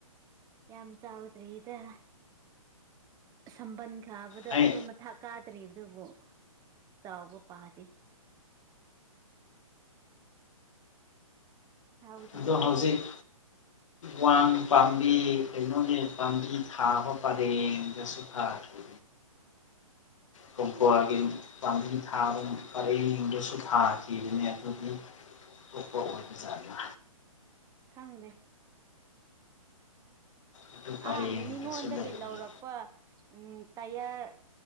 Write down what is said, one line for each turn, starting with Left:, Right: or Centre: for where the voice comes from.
Right: ꯌꯥꯝ ꯆꯥꯎꯗ꯭ꯔꯤꯗ ꯁꯝꯕꯜ ꯈꯥꯕꯗꯣ
Left: ꯑꯩ
Right: ꯑꯗꯨ ꯊꯛꯀꯥꯗ꯭ꯔꯤꯕꯗꯨꯕꯨ ꯆꯥꯎꯕ ꯄꯥꯗꯦ ꯆꯥꯎꯗ꯭ꯔꯤꯌꯦ
Left: ꯑꯗꯣ ꯍꯧꯖꯤꯛ ꯋꯥꯡ ꯄꯥꯝꯕꯤ ꯀꯩꯅꯣꯅꯦ ꯄꯥꯝꯕꯤ ꯊꯥꯕ ꯄꯔꯦꯡꯒꯁꯨ ꯐꯥꯈꯤ ꯀꯣꯡꯄꯑꯒꯤ ꯄꯥꯝꯕꯤ ꯊꯥꯕ ꯄꯔꯩꯗꯁꯨ ꯊꯥꯈꯤꯕꯅꯦ ꯑꯗꯨꯒꯤ ꯊꯄꯥꯎ ꯑꯣꯏꯕꯖꯗ
Right: ꯈꯪꯗꯦ
Left: ꯑꯗꯨ ꯄꯔꯦꯡꯗꯁꯨ
Right: ꯑꯥ ꯃꯤꯉꯣꯟꯗꯒꯤ
Left: ꯂꯩꯕꯅꯦ
Right: ꯂꯧꯔꯛꯄ ꯎꯝ ꯇꯌꯥꯔ